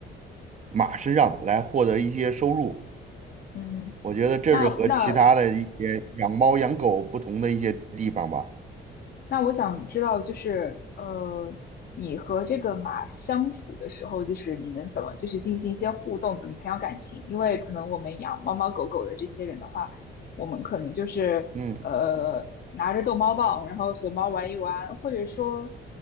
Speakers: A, on the right; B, on the left.
A: 马身上来获得一些收入。
B: 嗯，
A: 我觉得这是和其他的一些养猫养狗不同的一些地方吧。
B: 那那那我想知道，就是呃，你和这个马相处的时候，就是你们怎么就是进行一些互动，怎么培养感情？因为可能我们养猫猫狗狗的这些人的话，我们可能就是呃拿着逗猫棒，
A: 嗯
B: 然后和猫玩一玩，或者说